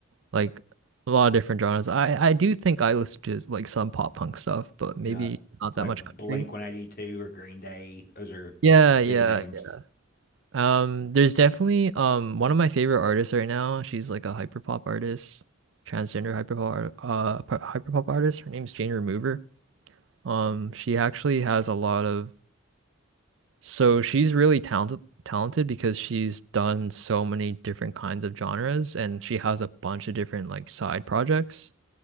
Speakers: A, on the right (about 65°); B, on the left (about 50°).
A: like a lot of different genres. I I do think I listen to like some pop punk stuff, but maybe
B: Yeah.
A: not
B: Like
A: that much
B: Blink
A: country.
B: 182 or Green Day. Those are
A: Yeah,
B: the big
A: yeah,
B: names.
A: Um, there's definitely um one of my favorite artists right now. She's like a hyperpop artist, transgender hyperpop art- uh p- hyperpop artist. Her name's Jane Remover. Um, she actually has a lot of so she's really talented talented because she's done so many different kinds of genres and she has a bunch of different like side projects,